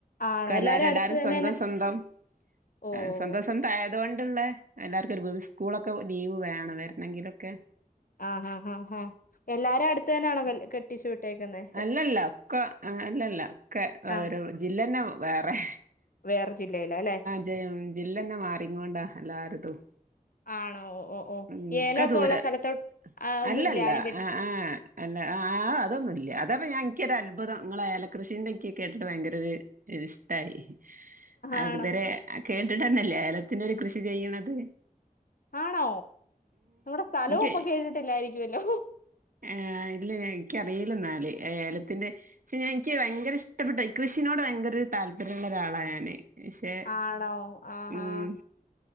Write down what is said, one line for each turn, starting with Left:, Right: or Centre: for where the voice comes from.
Left: ആണോ
Right: ക്കല്ലാരും
Left: അടുത്ത്
Right: എല്ലാരും
Left: തന്നെന്നെ
Right: സ്വന്തം സ്വന്തം
Left: ഓഹ്
Right: ആ സ്വന്തം സ്വന്തായ തോണ്ട്ള്ളെ എല്ലാക്കൊരു <unintelligible> സ്കൂളൊക്കെ ലീവ് വേണം വെര്ന്നെങ്കിലൊക്കെ
Left: ആഹ് ഹാ ഹാ ഹാ എല്ലാരും അട്ത്തെന്നാണോ വെൽ കെട്ടിച്ച് വിട്ടേക്ക്ന്നെ?
Right: അല്ലല്ല ഒക്ക അങ്ങ അല്ലല്ല ക്കെ ഓരോ
Left: ആഹ്
Right: ജില്ലന്നെ വാറെ
Left: വേറെ ജില്ലയില ല്ലെ
Right: ജെം ജില്ലന്നെ മാറിങ്ങൊണ്ടാ അല്ലാര്തും
Left: ആണോ ഓഹ് ഓഹ്
Right: ഉം
Left: ഏലൊക്കെ
Right: ക്ക ദൂരെ
Left: ഉള്ള സ്ഥലത്തോട്ട് ആഹ് ഒന്നും
Right: അല്ലല്ല
Left: ഇല്ലേ ആരും കെട്ടിച്ച്
Right: എഹ് ആഹ് അല്ല ആഹ് ആഹ് അതൊന്നു ല്ല അതാപ്പ ഞാ ഇൻക്കൊരത്ഭുതം ഇങ്ങളെല കൃഷീന്റെ ഇൻക്ക് കേട്ടിട്ട് ഭയങ്കരൊര് ഒരിഷ്ടായി. <unintelligible>
Left: ആണോ
Right: ഇതരെ കേട്ട്ട്ടന്നല്ലേ ഏലത്തിൻ്റൊരു കൃഷി ചെയ്യ്ണത്.
Left: ആണോ നമ്മടെ സ്ഥലോ
Right: എനിക്ക്
Left: പ്പൊ കേട്ട്ട്ട്ല്ലായിരിക്കുവല്ലോ.
Right: ഏഹ് അയ്ന് ഇല്ല ഞാൻ ഇൻക്ക്യറിലന്നാല് ഏ ഏലത്തിന്റെ പക്ഷെ ഞാൻ ഇൻക്ക് ഭയങ്കര ഇഷ്ടപ്പെട്ട കൃഷിനോട് ഭയങ്ക ട് താല്പര്യള്ളൊരാളാ ഞാന് പക്ഷെ
Left: ആണോ ആഹ്
Right: ഉം
Left: ആഹ്